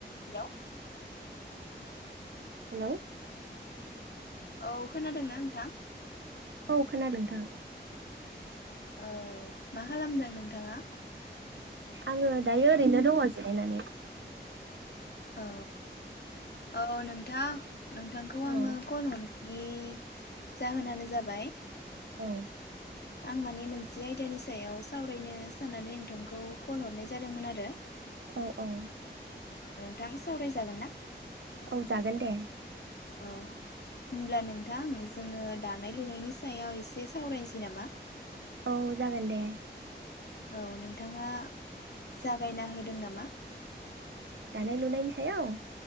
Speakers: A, on the left; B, on the right.
A: हेल'।
B: हेलौ।
A: औ खोनादोंना नोंथां?
B: औ खोनादों थां।
A: औ मा खालामदों नोंथाङा?
B: आङो दायो ओरैनो दङ जिरायनानै।
A: औ, औ नोंथां नोंथांखौ आङो
B: औ
A: कल हर नि जाहोनानो जाबाय
B: औ।
A: माने मोनसे आयदानि सायाव सावरायनो साननानै नोंथांखौ कल हरनाय जादोंमोन आरो।
B: औ औ।
A: नोंथां सावरायजागोन ना?
B: औ जागोन दे।
A: औ होमब्ला नोंथां जोङो दानाय लुनायनि सायाव एसे सावरायनोसै नामा?
B: औ जागोन दे।
A: औ नोंथाङा जागायना होदों नामा?
B: दानाय लुनायनि सायाव?